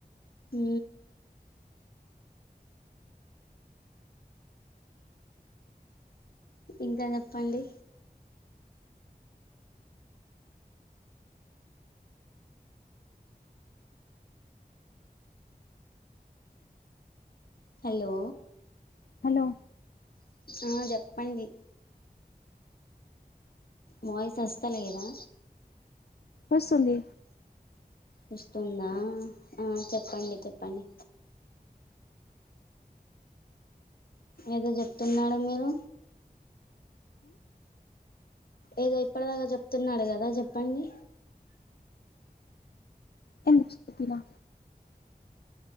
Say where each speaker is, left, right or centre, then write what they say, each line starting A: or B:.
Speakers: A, on the left; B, on the left.
A: ఉ ఇంకా చెప్పండి హలో
B: హలో
A: ఆ చెప్పండి వాయిస్ వస్తాలేదా
B: వస్తుంది
A: వస్తుందా ఆ చెప్పండి చెప్పండి ఏదో చెప్తున్నాడు మీరు ఏదో ఇప్పటిదాకా చెప్తున్నాడు కదా చెప్పండి
B: ఎమ్ చెప్పనా